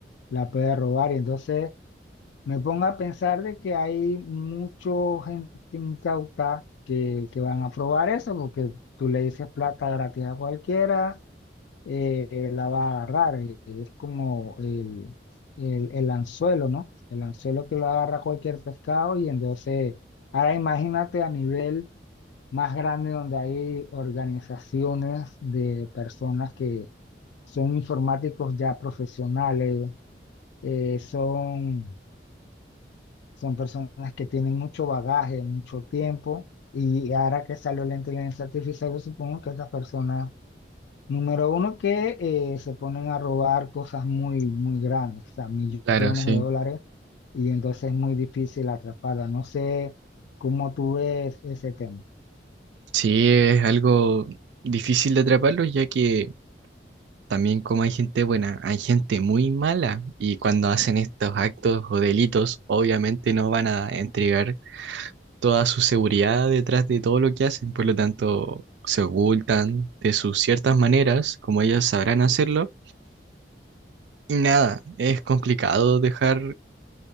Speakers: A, on the left; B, on the right.
A: la puede robar. Y entonces me pongo a pensar de que hay mucha gente incauta que, que van a probar eso porque tú le dices plata gratis a cualquiera eh, la va a agarrar. eh, Es como el, el, el anzuelo, ¿no? El anzuelo que lo agarra cualquier pescado y entonces, ahora imagínate a nivel más grande donde hay organizaciones de personas que son informáticos ya profesionales, eh, son, son personas que tienen mucho bagaje, mucho tiempo. Y ahora que salió la inteligencia artificial, yo supongo que esas personas Número uno, que eh, se ponen a robar cosas muy, muy grandes, o sea, millones
B: Claro, sí.
A: de dólares, y entonces es muy difícil atraparla. No sé cómo tú ves ese tema.
B: Sí, es algo difícil de atraparlo ya que también como hay gente buena, hay gente muy mala y cuando hacen estos actos o delitos obviamente no van a entregar toda su seguridad detrás de todo lo que hacen, por lo tanto se ocultan de sus ciertas maneras, como ellas sabrán hacerlo, y nada, es complicado dejar